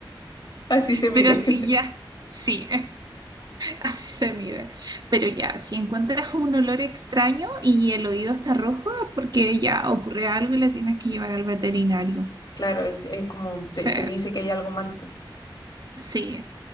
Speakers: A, on the left; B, on the right.
A: así se mide.
B: pero sí,
A: <laughs>
B: ya, sí. Así se mide. Pero ya, si encuentras un olor extraño y el oído está rojo, es porque ya ocurre algo y la tienes que llevar al veterinario.
A: Claro, es, es como te,
B: Sí,
A: te dice que hay algo mal, po.
B: sí,